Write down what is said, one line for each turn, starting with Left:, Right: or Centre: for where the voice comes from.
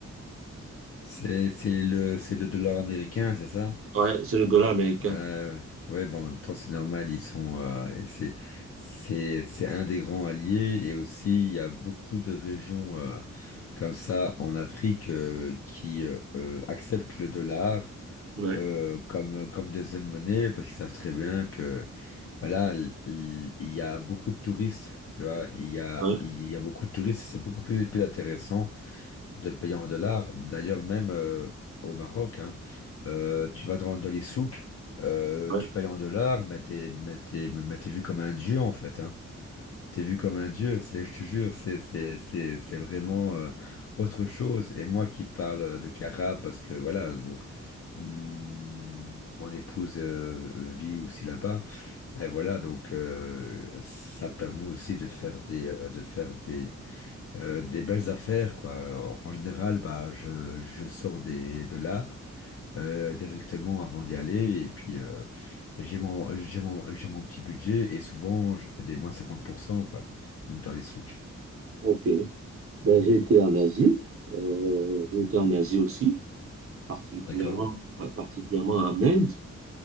Left: C'est, c'est le, c'est le dollar américain, c'est ça?
Right: ouais, c'est le dollar américain.
Left: Ouais, ouais. Ouais, bon, en même temps, c'est normal, ils sont, euh, et c'est, c'est, c'est un des grands alliés et aussi, il y a beaucoup de régions, euh, comme ça en Afrique, euh, qui, euh, euh, acceptent le dollar
Right: Ouais,
Left: euh, comme, comme deuxième monnaie parce qu'ils savent très bien que voilà, l- il il y a beaucoup de touristes, tu vois, il y a,
Right: ouais,
Left: il y a beaucoup de touristes, c'est beaucoup plus, plus intéressant de payer en dollars. D'ailleurs, même euh, au Maroc, hein, euh, tu vas dans, dans les souks, euh,
Right: ouais.
Left: tu payes en dollars, mais t'es, mais t'es, mais t'es vu comme un dieu en fait, hein. T'es vu comme un dieu, c'est, je te jure, c'est, c'est, c'est, c'est vraiment euh, autre chose. Et moi qui parle euh, de Cara, parce que voilà, donc, mm, mon épouse euh, vit aussi là-bas. Ben voilà, donc euh, ça permet aussi de faire des, euh, de faire des, euh, des belles affaires, quoi. En en général, bah, je, je sors des, de l'art euh, directement avant d'y aller. Et puis, euh, j'ai mon, j'ai mon, j'ai mon petit budget. Et souvent, je fais des moins 50%, quoi, dans les souks.
Right: Ok. Ben, j'ai été en Asie, euh, j'ai été en Asie aussi, particulièrement,
Left: D'accord,
Right: ouais, particulièrement en Inde.